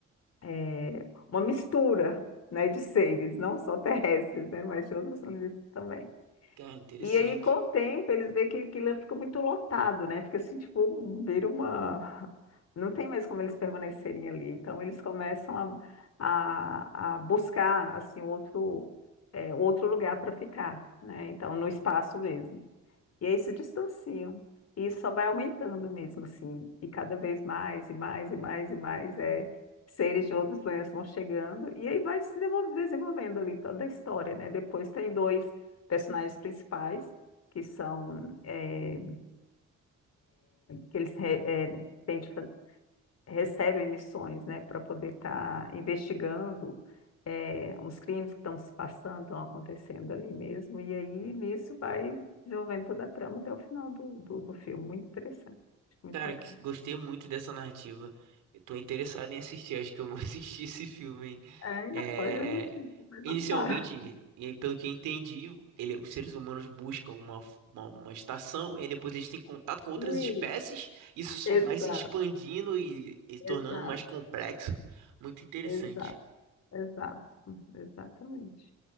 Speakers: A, on the left (about 55°); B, on the right (about 85°).
A: é, uma mistura, né, de seres, não só terrestres, né? Mas de outros planetas também.
B: Cara, interessante.
A: E aí, com o tempo, eles veem que aquilo fica muito lotado, né? Fica assim, tipo, um- vira uma. Não tem mais como eles permanecerem ali. Então, eles começam a, a, a buscar, assim, outro, é, outro lugar para ficar, né? Então, no espaço mesmo. E aí se distanciam. E isso só vai aumentando mesmo, assim. E cada vez mais, e mais, e mais, e mais, é, seres de outros planetas vão chegando. E aí vai se desenvol- desenvolvendo ali toda a história, né? Depois tem dois personagens principais, que são, é, que eles re- é, têm de fa- recebem missões, né, para poder estar tá investigando eh, uns crimes que estão se passando, estão acontecendo ali mesmo. E aí, nisso, vai desenvolvendo toda a trama até o final do, do, do filme. Muito interessante, muito
B: Cara,
A: bacana.
B: que- gostei muito dessa narrativa. Eu tô interessado em assistir, acho que eu vou <laughs> assistir esse filme, hein?
A: É, ainda
B: É,
A: pode assistir, vai notar.
B: inicialmente, e pelo que eu entendi, ele, os seres humanos buscam uma, f- uma, uma estação e aí depois eles têm contato com outras
A: <laughs> Sim,
B: espécies. Isso só
A: exato,
B: vai se expandindo e, e tornando
A: exato,
B: mais complexo. Muito interessante.
A: exato, exato, exatamente.